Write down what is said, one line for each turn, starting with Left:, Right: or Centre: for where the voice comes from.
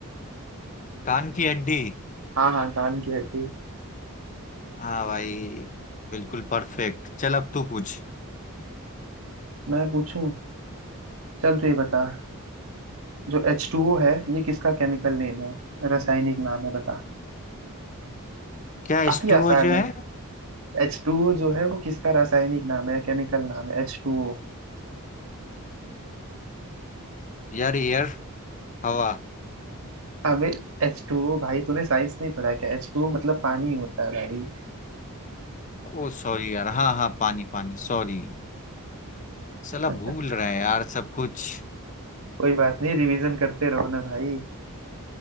Left: कान की हड्डी
Right: हाँ हाँ कान की हड्डी
Left: हाँ भाई बिल्कुल परफेक्ट चल अब तू पूछ
Right: मैं पूछूं चल तू ये बता जो एच टू ओ है ये किसका केमिकल नेम है रासायनिक नाम है बता
Left: क्या
Right: काफी
Left: स्टूवा
Right: आसान
Left: जो है
Right: है एच टू ओ जो है वो किसका रासायनिक नाम है या केमिकल नाम है एच टू ओ
Left: यार एयर हवा
Right: अबे एच टू ओ भाई तूने साइंस नहीं पढ़ा क्या एच टू ओ मतलब पानी होता है भाई
Left: ओ सॉरी यार हाँ हाँ पानी पानी सॉरी साला
Right: <laughs>
Left: भूल रहा है यार सब कुछ
Right: कोई बात नहीं रिवीजन करते रहो ना भाई